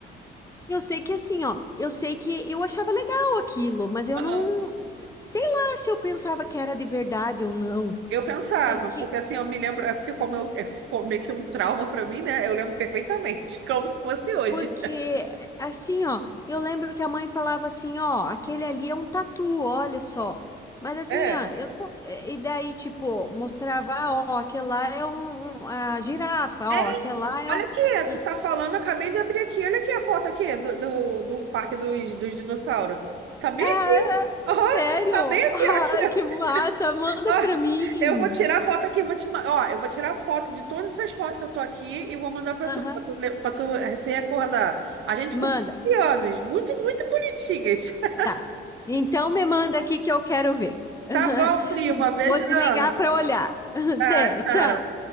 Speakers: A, on the left (about 15°); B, on the right (about 80°).
A: Eu sei que assim, ó, eu sei que eu achava legal aquilo, mas eu
B: <laughs>
A: não, sei lá se eu pensava que era de verdade ou não,
B: Eu pensava,
A: porque
B: porque assim, eu me lembro, é porque como eu, é, ficou meio que um trauma pra mim, né? Eu lembro perfeitamente, <laughs> como se fosse hoje.
A: porque assim, ó, eu lembro que a mãe falava assim, ó, aquele ali é um tatu, olha só. Mas assim,
B: É.
A: ó, eu não- eh, e daí tipo mostrava, ah, ó, aquele lá é um, um- a girafa,
B: Ei,
A: ó, aquele lá é
B: olha
A: um
B: aqui,
A: e-
B: tu tá falando, eu acabei de abrir aqui, olha aqui a foto aqui do, do, do Parque dos, dos Dinossauros. Tá bem?
A: ah,
B: Aham,
A: sério?
B: tá bem aqui,
A: Ai,
B: ó, aqui, ó.
A: que massa, manda
B: Ó,
A: pra mim.
B: Eu vou tirar a foto aqui, vou te, ma- ó, eu vou tirar a foto de todas essas fotos que eu tô aqui e vou mandar pra
A: Aham,
B: tu, pra tu, le- pra tu eh, se recordar. A gente
A: Manda.
B: com 15 anos, muito, muito bonitinhas. <laughs>
A: Tá. Então me manda aqui que eu quero ver. <laughs>
B: Tá bom, primo, beijão.
A: Vou desligar para olhar. <laughs>
B: Ah,
A: Até,
B: tchau.
A: tchau.